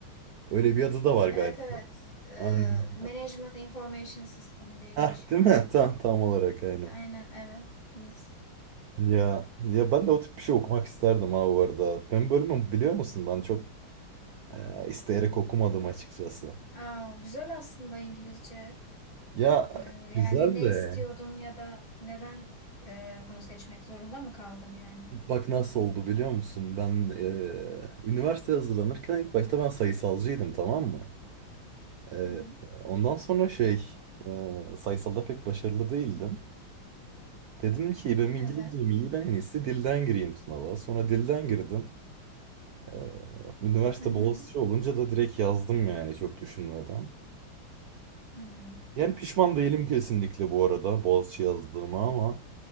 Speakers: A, on the right (about 70°); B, on the left (about 65°).
A: Öyle bir adı da var galiba.
B: Evet evet. Ee,
A: Aynen.
B: Management Information System diye
A: Heh,
B: geçiyor.
A: değil mi? <laughs> Tam, tam olarak aynen.
B: Aynen evet. Mis.
A: Ya ya ben de o tip bir şey okumak isterdim ha bu arada. Benim bölümüm biliyor musun? Ben çok Ee, isteyerek okumadım açıkçası.
B: Aa, güzel aslında İngilizce.
A: Ya
B: Ee,
A: güzel
B: yani ne
A: de
B: istiyordun ya da neden e, bunu seçmek zorunda mı kaldın yani?
A: bak nasıl oldu biliyor musun? Ben eee üniversite hazırlanırken ilk başta ben sayısalcıydım tamam mı? Eee,
B: Hı hı.
A: ondan sonra şey eee, sayısalda pek başarılı değildim. Dedim ki benim İngilizcem
B: Evet.
A: iyi ben en iyisi dilden gireyim sınava. Sonra dilden girdim. Eee, üniversite
B: Hı hı.
A: Boğaziçi olunca da direkt yazdım yani çok düşünmeden.
B: Hmm.
A: Yani pişman değilim kesinlikle bu arada Boğaziçi yazdığıma ama...